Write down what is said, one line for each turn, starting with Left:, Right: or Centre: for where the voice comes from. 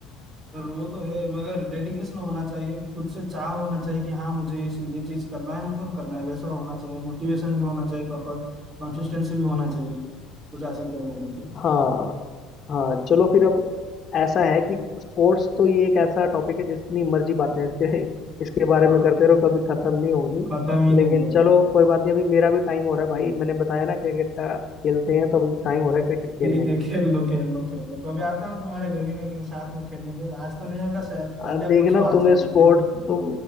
Right: और वो तो है मगर डेडिकेशन होना चाहिए खुद से चाह होना चाहिए कि हाँ मुझे इस ये चीज करना है मतलब करना है वैसा होना चाहिए मोटिवेशन भी होना चाहिए प्रॉपर कंसिस्टेंसी भी होना चाहिए कुछ हासिल करने के लिए
Left: हाँ हाँ चलो फिर अब ऐसा है कि स्पोर्ट्स तो ये एक ऐसा टॉपिक है जितनी मर्जी बातें इसके इसके बारे
Right: हाँ
Left: में करते रहो कभी खत्म नहीं होंगी
Right: खत्म ही नहीं
Left: लेकिन
Right: होगा
Left: चलो कोई बात नहीं अभी मेरा भी टाइम हो रहा है भाई मैंने बताया ना क्रिकेट का खेलते हैं तो अभी टाइम हो रहा है क्रिकेट खेलने
Right: ठीक है
Left: का
Right: खेल लो खेल लो खेल लो कभी आता हूँ तुम्हारे गली में कि साथ में खेलेंगे आज तो नहीं होगा शायद कल
Left: आ,
Right: या
Left: देखना
Right: परसों आ
Left: तुम्हें
Right: जाऊंगा
Left: स्पोर्ट्स
Right: ठीक
Left: तुम